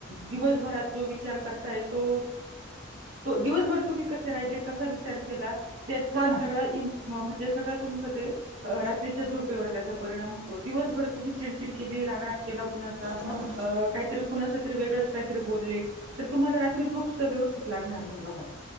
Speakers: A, on the right; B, on the right.
A: दिवसभरात जो विचार करताय तो, तो दिवसभर तुम्ही कसे राहिले कसा विचार केला त्याचा
B: हो ना.
A: सगळा इ म्हणजे सगळं तुमचं ते अ रात्रीच्या झोपेवर त्याचा परिणाम होतो दिवसभर तुम्ही चिडचिड केली राग, राग केला कुणाचा
B: हां,
A: अ काही तरी कुणाच तरी वेगच काहीतरी बोले तर तुम्हाला रात्री झोप सुद्धा व्यवस्थित लागणार नाही बघा